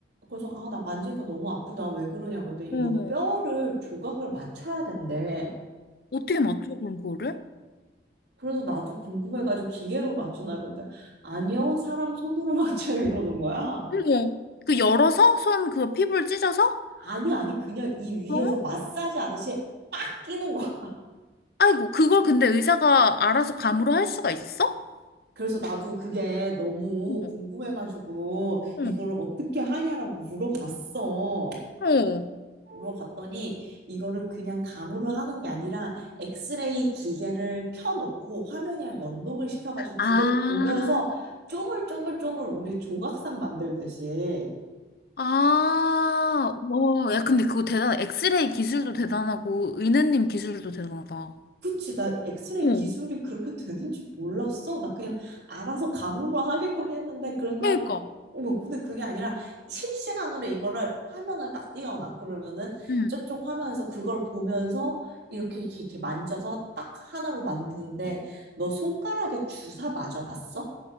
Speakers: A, on the right; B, on the left.
A: 그래서 아, 나 만지니까 너무 아프다. 왜 그러냐 그랬더니 이거
B: 어,
A: 뼈를 조각을 맞춰야 된대.
B: 어떻게 맞춰, 그럼 그거를?
A: 그래서 나도 궁금해가지고 기계로 맞추나 그랬더니 아니요, 사람 손으로 <laughs> 맞춰요 이러는 거야.
B: 어머, 그 열어서? 손, 그 피부를 찢어서?
A: 아니 아니 그냥 이 위에서
B: 어?
A: 마사지 하듯이 빡 끼는 거야.
B: 아이고, 그걸 근데 의사가 알아서 감으로 할 수가 있어?
A: 그래서 나도 그게 너무
B: 어,
A: 궁금해가지고
B: 어.
A: 이거를 어떻게 하냐라고 물어봤어.
B: 어.
A: 물어봤더니 이거를 그냥 감으로 하는 게 아니라 엑스레이 기계를 켜놓고 화면이랑 연동을 시켜가지고 그걸
B: 아.
A: 보면서 쪼물쪼물쪼물 우리 조각상 만들듯이
B: 아, 와, 야, 근데 그거 대단, 엑스레이 기술도 대단하고, 은혜님 기술도 대단하다.
A: 그치, 나 엑스레이
B: 어.
A: 기술이 그렇게 되는지 몰랐어. 나 그냥 알아서 감으로 하겠거니 했는데, 그런 다음,
B: 그러니까.
A: 어머, 근데 그게 아니라 실시간으로 이거를 화면을 딱 띄워놔. 그러면은
B: 응.
A: 저쪽 화면에서 그걸 보면서 이렇게, 이렇게, 이렇게 만져서 딱 하나로 만드는데, 너 손가락에 주사 맞아봤어?